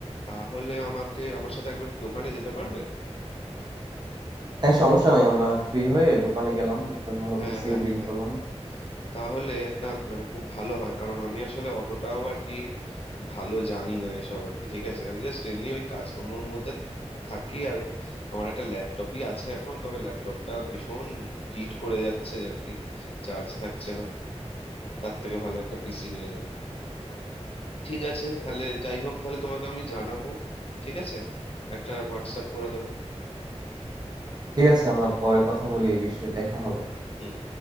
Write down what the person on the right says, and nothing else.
হ্যাঁ সমস্যা নাই আমরা ফ্রি হয়ে দোকানে গেলাম একটা ভালো
পিসিও
বিল্ড
করলাম
ঠিক আছে আমরা পরে কথা বলি এই বিষয়ে দেখা হবে